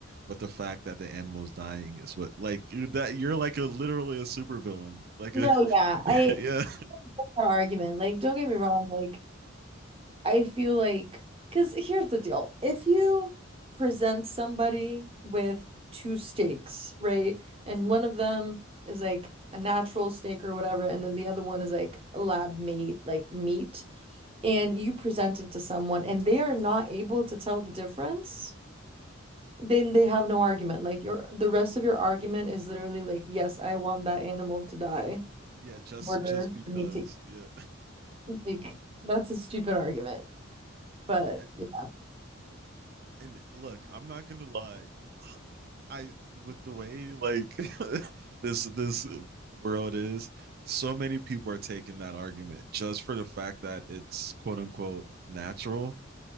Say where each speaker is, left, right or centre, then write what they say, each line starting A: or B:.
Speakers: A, on the right; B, on the right.
A: but the fact that the animal is dying is what like that you're like a literally a supervillain. Like
B: No,
A: a
B: yeah,
A: <laughs>
B: I
A: yeah,
B: that argument. Like, don't get me wrong. Like, I feel like, because here's the deal. If you present somebody with two steaks, right? And one of them is like a natural steak or whatever, and then the other one is like lab made, like meat, and you present it to someone and they are not able to tell the difference. Then they have no argument. Like your the rest of your argument is literally like, yes, I want that animal to die
A: <laughs> yeah. Just
B: in order
A: just because
B: for me to eat.
A: yeah.
B: like that's a stupid argument. But
A: And,
B: yeah.
A: and look, I'm not gonna lie. I with the way like <laughs> this this world is, so many people are taking that argument just for the fact that it's quote unquote natural